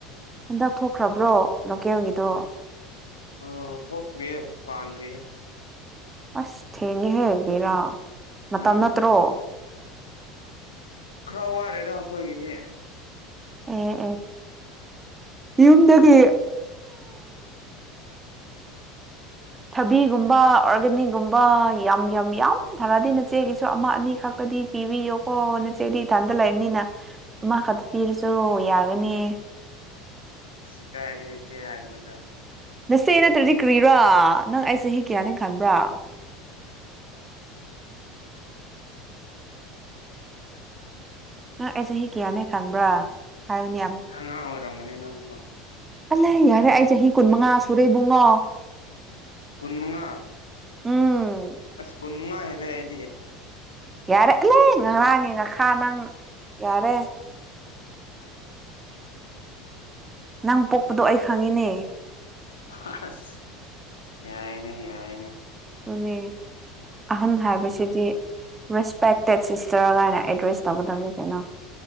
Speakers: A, on the right; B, on the left.
A: ꯍꯟꯗꯛ ꯊꯣꯛꯈ꯭ꯔꯕ꯭ꯔꯣ ꯂꯣꯀꯦꯜꯒꯤꯗꯣ
B: ꯑꯣ ꯊꯣꯛꯇ꯭ꯔꯤꯌꯦ ꯄꯥꯟꯗ꯭ꯔꯤꯌꯦ
A: ꯑꯁ ꯊꯦꯡꯉꯦꯍꯦꯛꯕꯤꯔꯥ ꯃꯇꯝ
B: ꯎꯝ
A: ꯅꯠꯇ꯭ꯔꯣ
B: ꯈꯔ ꯋꯥꯔꯦꯗ ꯑꯩꯈꯣꯏꯒꯤꯗꯤ
A: ꯎꯝ ꯎꯝ ꯌꯨꯝꯗꯒꯤ ꯊꯕꯤꯒꯨꯝꯕ ꯑꯣꯔꯒꯥꯅꯤꯛꯒꯨꯝꯕ ꯌꯥꯝ ꯌꯥꯝ ꯌꯥꯝ ꯐꯔꯗꯤ ꯅꯆꯦꯒꯤꯁꯨ ꯑꯃ ꯑꯅꯤ ꯈꯛꯇꯗꯤ ꯄꯤꯕꯤꯌꯣ ꯑꯣ ꯅꯆꯦꯗꯤ ꯏꯊꯥꯟꯗ ꯂꯩꯕꯅꯤꯅ ꯃꯥ ꯈꯛꯇ ꯄꯤꯔꯁꯨ ꯌꯥꯒꯅꯤ
B: ꯁꯤꯀꯥꯏ ꯍꯁꯦ ꯍꯥꯏꯗꯗ
A: ꯅꯁꯦ ꯅꯠꯇ꯭ꯔꯗꯤ ꯀ꯭ꯔꯤꯔꯥ ꯅꯪ ꯑꯩ ꯆꯍꯤ ꯀꯌꯥꯅꯤ ꯈꯟꯕ꯭ꯔꯥ ꯅ ꯑꯦꯁꯦ ꯍ ꯀꯌꯥꯅꯦ ꯈꯟꯕ꯭ꯔꯥ ꯍꯥꯏꯌꯨꯅꯦ
B: ꯑꯉ ꯑꯣꯏꯔꯃꯅꯤꯟꯅꯁꯨ
A: ꯑꯂ ꯌꯥꯔꯦ ꯑꯩ ꯆꯍꯤ ꯀꯨꯟꯃꯉꯥ ꯁꯨꯔꯦ ꯏꯕꯨꯡꯉꯣ
B: ꯀꯨꯟꯃꯉꯥ
A: ꯎꯝ
B: ꯑꯁ ꯀꯨꯟ ꯃꯉꯥ ꯍꯦꯜꯂꯦ ꯑꯩꯗꯤ
A: ꯌꯥꯔꯦ ꯂꯩ ꯉꯔꯥꯡꯒꯤ ꯉꯥꯈꯥ ꯅꯪ ꯌꯥꯔꯦ ꯅꯪ ꯄꯣꯛꯄꯗꯣ ꯑꯩ ꯈꯪꯉꯤꯅꯦ
B: ꯑꯁ ꯌꯥꯏꯅꯦ ꯌꯥꯏꯅꯦ
A: ꯅꯦ ꯑꯍꯟ ꯍꯥꯏꯕꯕꯁꯤꯗꯤ ꯔꯦꯁꯄꯦꯛꯇꯦꯠ ꯁꯤꯁꯇꯔꯒꯥꯏꯅ ꯑꯦꯗ꯭ꯔꯦꯁ ꯇꯧꯒꯗꯕꯅꯤ ꯀꯩꯅꯣ